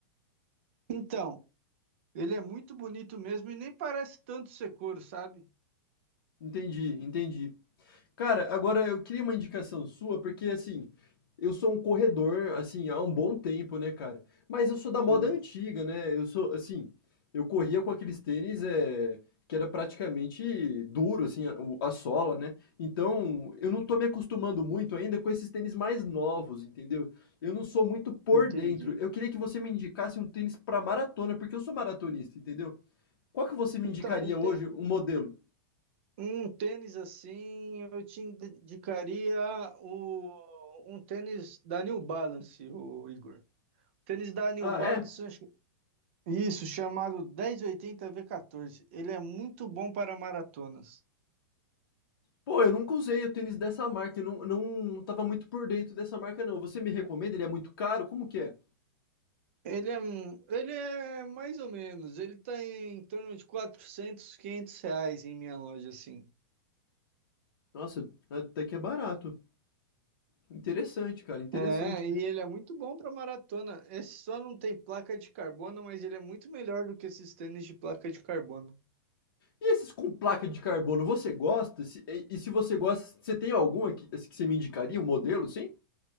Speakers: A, on the right (about 35°); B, on the left (about 75°).
A: Então, ele é muito bonito mesmo e nem parece tanto ser couro, sabe?
B: Entendi, entendi. Cara, agora eu queria uma indicação sua, porque assim, eu sou um corredor, assim, há um bom tempo, né, cara? Mas eu sou da moda
A: Hum,
B: antiga, né? Eu sou, assim, eu corria com aqueles tênis é, que era praticamente duro, assim, a, o- a sola, né? Então, eu não tô me acostumando muito ainda com esses tênis mais novos, entendeu? Eu não sou muito por
A: entendi.
B: dentro. Eu queria que você me indicasse um tênis pra maratona, porque eu sou maratonista, entendeu? Qual que você me
A: Então,
B: indicaria
A: um, tê-
B: hoje, um modelo?
A: um tênis assim, eu te indicaria o, um tênis da New Balance, o Igor. Tênis da New
B: Ah,
A: Balance,
B: é?
A: isso, chamado dez oitenta v 14 Ele é muito bom para maratonas.
B: Pô, eu nunca usei o tênis dessa marca, eu não não tava muito por dentro dessa marca não. Você me recomenda? Ele é muito caro? Como que é?
A: Ele é, um- ele é mais ou menos, ele tá em, torno de 400, 500 reais em minha loja, assim.
B: Nossa, até que é barato. Interessante, cara, interessante.
A: É, e ele é muito bom para maratona. Esse só não tem placa de carbono, mas ele é muito melhor do que esses tênis de placa de carbono.
B: E esses com placa de carbono, você gosta? Se e e se você gosta, você tem algum aqui assim, que você me indicaria, um modelo, sim?